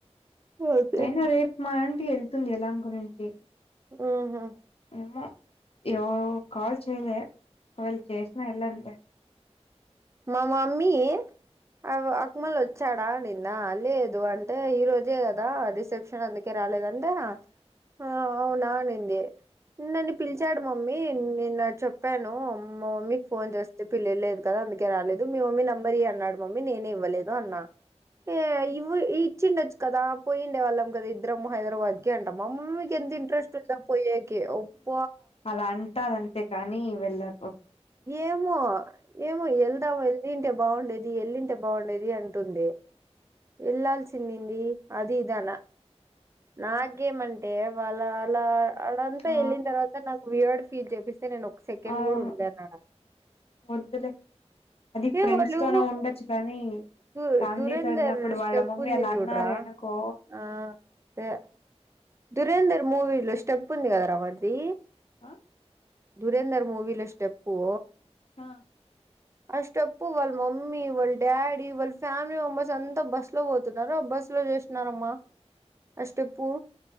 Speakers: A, on the right; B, on the left.
A: అదే
B: అయినా రేపు మా ఆంటీ వెళ్తుంది ఎలా గురించి
A: ఉహు
B: ఏమో ఏ కాల్ చేయలే ఒకవేళ చేసినా వెళ్ళనులే
A: మా మమ్మీ అ అక్మల్ వచ్చ వచ్చాడా నిన్న లేదు అంటే ఈ రోజే కదా రిసెప్షన్ అందుకే రాలేదంటే ఆ అవునా అనింది నన్ను పిలిచాడు మమ్మీ నేను చెప్పాను మా మమ్మీకి ఫోన్ చేస్తే పిలవళ్లేదు కదా అందుకే రాలేదు మీ మమ్మీ నెంబర్ ఇయి అన్నాడు మమ్మీ నేనే ఇవ్వలేదు అన్నా ఇ ఈ ఇచ్చి ఉండొచ్చు కదా పోయి ఉండే వాళ్ళం ఇద్దరం హైదరాబాద్ కి ంట మామ్మి కి ఎంత ఇంట్రెస్ట్ ఉందో పోయెకీ ఒప్ప
B: అలా అంటారుంతే కాని వెళ్ళరు
A: ఏమో ఏమో వెళ్దాము వెళ్లి ఉంటే బాగుండేది ఎల్లింటే బాగుండేది అంటుంది వెళ్లాల్సిఉండింది అదిదానా నాగేమంటే వాలా అలా అడంతా
B: ఆ
A: ఎలిన తర్వాత అ నాకు వియర్డ్ ఫీజ చెపిస్తే నేను ఒక సెకండ్
B: అవును
A: కూడా ఉండలేను
B: వద్దులే అది
A: ఏ
B: ఫ్రెండ్స్
A: వాళ్ళు
B: తోనే ఉండొచ్చు కానీ
A: దు
B: ఫ్యామిలీ
A: దురేందర్
B: తో ఉన్నప్పుడు
A: స్టెప్
B: వాళ్ళ మమ్మీ
A: ఉంది
B: అలా
A: చూడరా
B: అన్నారే అనుకో
A: ఆ అదే దురేందర్ మూవీలో స్టెప్ ఉంది కదా రావాడిది
B: ఆ
A: దురేందర్ మూవీలో స్టెప్పు
B: ఆ
A: ఆ స్టెప్పు వాళ్ళ మమ్మీ వాళ్ళ డాడీ వాళ్ళ ఫ్యామిలీ మెంబర్స్ అంతా బస్సులో పోతున్నారు ఆ బస్లో చేస్ నారమ్మా ఆ స్టెప్పు